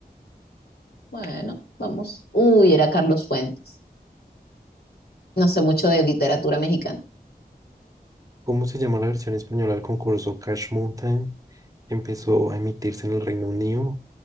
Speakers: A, on the left (about 75°); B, on the right (about 20°).
A: Bueno, vamos. Uy, era Carlos Fuentes. No sé mucho de literatura mexicana.
B: ¿Cómo se llama la versión española del concurso Cash Mountain? que Empezó a emitirse en el Reino Unido